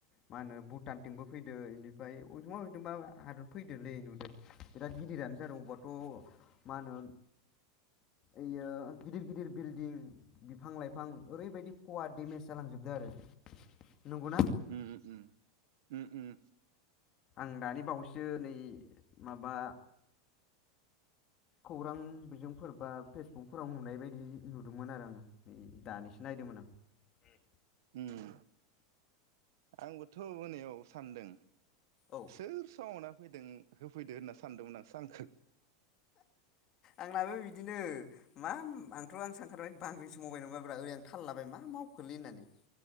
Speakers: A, on the left; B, on the right.
A: मा होनो भुटानथिंबो फैदो इनिफ्राय अबेथिंबा अबेथिंबा हादर फैदोलै नुदो बिराद गिदिरानो जादों अबेबाथ' मा होनो ओइयो गिदिर गिदिर बिल्डिं बिफां-लाइफां ओरैबायदि खवा डेमेज जालांजोबदों आरो। नंगौना?
B: उम उम उम उम।
A: आं दानि बावैसो नै माबा खौरां बिजोंफोर बा फेसबुकफोराव नुनाय बायदि नुदोंमोन आरो आङो नै दानिसो नायदोंमोन आं। उम।
B: उम आंबोथ' मोनायाव सानदों।
A: औ
B: सोर सोमावना होफैदों होफैदो होनना सानदोंमोन आं। सांखो
A: आंनाबो बिदिनो मा आंथ' आं सानखारबाय बांग्रिसो मावबाय नाब्रा ओरै आं थाल लाबाय मा मावखोलै होननानै